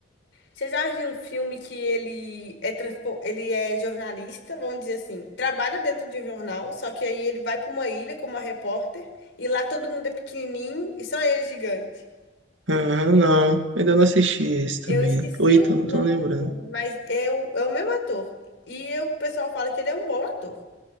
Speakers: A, on the left; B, on the right.
A: Você já viu um filme que ele é, transpo... ele é jornalista, vamos dizer assim, trabalha dentro de um jornal, só que aí ele vai pra uma ilha com uma repórter, e lá todo mundo é pequenininho e só ele é gigante.
B: Aham, não, ainda não assisti esse também.
A: Eu esqueci
B: Ou então,
A: o
B: não
A: nome
B: tô lembrando.
A: do filme, mas é o, é o mesmo ator. E eu- o pessoal fala que ele é um bom ator.